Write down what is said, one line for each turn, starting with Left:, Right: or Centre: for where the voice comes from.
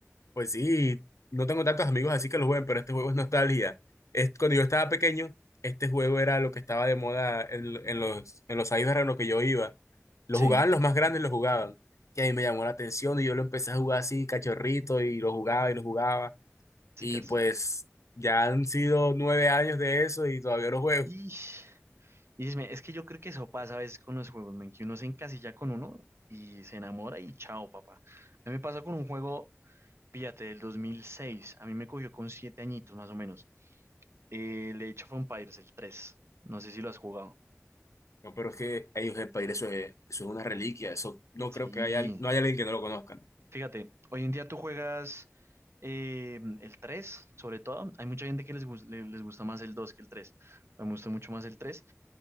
Left: pues sí, no tengo tantos amigos así que lo jueguen, pero este juego es nostalgia. Es, cuando yo estaba pequeño, este juego era lo que estaba de moda en, en los, en los cyber en los que yo iba. Lo
Right: sí,
Left: jugaban los más grandes, lo jugaban. Y a mí me llamó la atención y yo lo empecé a jugar así, cachorrito, y lo jugaba y lo jugaba.
Right: chicas.
Left: Y pues ya han sido nueve años de eso y todavía no juego.
Right: Ish. Y dime, es que yo creo que eso pasa a veces con los juegos, men, que uno se encasilla con uno y se enamora y chao, papá. A mí me pasa con un juego, fíjate, del 2006. A mí me cogió con siete añitos más o menos. El Age of Empires, el 3. No sé si lo has jugado.
Left: No, pero es que ellos el país, eso es, eso es una reliquia. Eso no
Right: Sí.
Left: creo que haya, al- no haya alguien que no lo conozca.
Right: Fíjate, hoy en día tú juegas eh, el 3, sobre todo. Hay mucha gente que les, gus- le- les gusta más el 2 que el 3. Me gusta mucho más el 3.